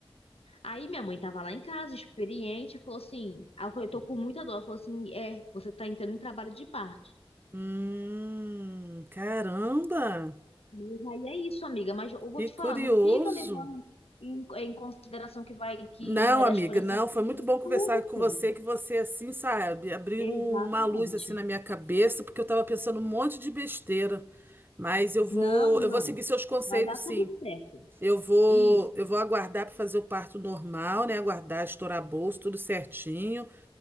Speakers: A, on the left (about 80°); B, on the right (about 20°).
A: Aí minha mãe tava lá em casa, experiente, falou assim, aí eu falei, tô com muita dor. Ela falou assim, é, você tá entrando em trabalho de parto.
B: Hum, caramba,
A: Mas aí é isso, amiga. Mas eu vou
B: que
A: te
B: curioso.
A: falar, não fica levando em, em consideração que vai que
B: Não,
A: não vai dar
B: amiga,
A: as coisas
B: não,
A: certas,
B: foi
A: porque
B: muito
A: vai
B: bom
A: dar
B: conversar
A: tudo
B: com
A: certo.
B: você, que você assim, sabe, abriu
A: Exatamente.
B: um- uma luz assim na minha cabeça, porque eu tava pensando um monte de besteira. Mas eu vou,
A: Não, não.
B: eu vou seguir seus conselhos,
A: Vai dar tudo
B: sim.
A: certo.
B: Eu vou,
A: Isso.
B: eu vou aguardar para fazer o parto normal, né? Aguardar estourar bolso, tudo certinho.